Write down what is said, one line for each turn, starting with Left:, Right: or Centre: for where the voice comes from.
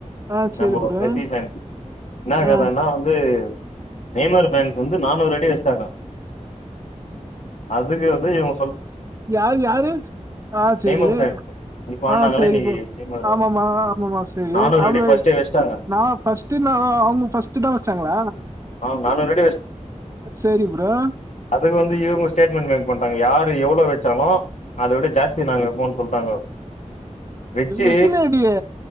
Right: ஆ
Left: நம்ப
Right: சரி ப்ரோ
Left: மெஸ்ஸி ஃபேன்ஸ் என்ன கதன்னா
Right: ஆ
Left: வந்து நெய்மர் ஃபேன்ஸ் வந்து நானூறு அடி வெச்சிட்டாங்க அதுக்கு வந்து இவுங்க
Right: யரு யாரு ஆஹ் சேரி
Left: நெய்மர் ஃபேன்ஸ் இப்ப ஆடுனாங்கல்ல
Right: ஆஹ் சேரி
Left: இன்னைக்கு
Right: ப்ரோ
Left: நெய்மரு
Right: ஆமாம ஆமாம சேரி
Left: நானூறு
Right: அவங்க
Left: அடி ஃபர்ஸ்ட்டே வச்சுட்டாங்க
Right: நான் ஃபர்ஸ்ட் ந அவங்க ஃபர்ஸ்ட் தான் வச்சாங்களா
Left: ஆ நானூறு
Right: சேரி ப்ரோ
Left: அது வந்து இவங்க ஸ்டேட்மெண்ட் மேக் பண்ராங்க யார் எவ்ளோ வச்சாலும் அத விட ஜாஸ்தி நாங்க வப்போம்னு சொல்லிட்டாங்க வெச்சு
Right: எத்தனை அடி